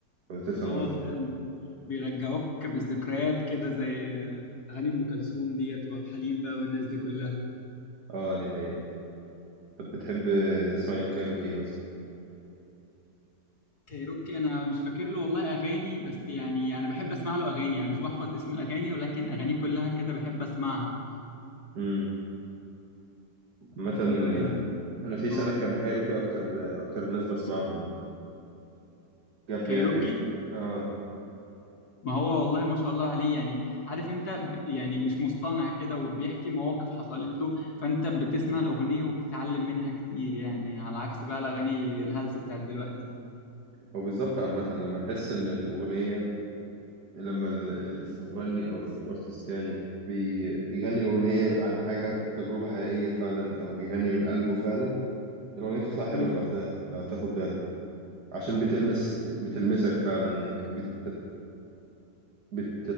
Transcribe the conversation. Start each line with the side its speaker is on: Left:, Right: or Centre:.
Right: لو تفهم
Left: اه
Right: قصدي
Left: فعلا بيرجعوك بالذكريات كده زي آه، اغاني ام كلثوم ديت وعبد الحليم بقى والناس دي كلها
Right: اه دي حقيقه طب بتحب تسمع ايه الكايروكي مثلا
Left: كايروكي انا مش فاكر له والله اغاني بس يعني انا بحب اسمع له اغاني انا مش بحفظ اسم الاغاني ولكن اغانيه كلها كده بحب اسمعها
Right: امم عامه
Left: ايوه يعني
Right: آه، انا في سنه
Left: اه
Right: كان كايروكي اكتر اكتر ناس بسمعهم جاب
Left: كايروكي
Right: لي يعني اه
Left: ما هو والله ما شاء الله عليه يعني عارف انت ب- يعني مش مصطنع كده وبيحكي مواقف حصلت له فانت بتسمع الاغنيه وبتتعلم منها كتير يعني على عكس بقى الاغاني الهلس بتاعت دلوقتي دي
Right: وبالظبط عامه لما تحس ان الاغنيه لما ال- ال- المغني او الارتست يعني بي بيغني الاغنيه عن حاجه تجربه حقيقيه فعلا او بيغني من قلبه فعلا الاغنيه بتطلع حلوه
Left: امم
Right: لوحدها لو تاخد بالك عشان بتلمس بتلمسك فعلا انك بت بت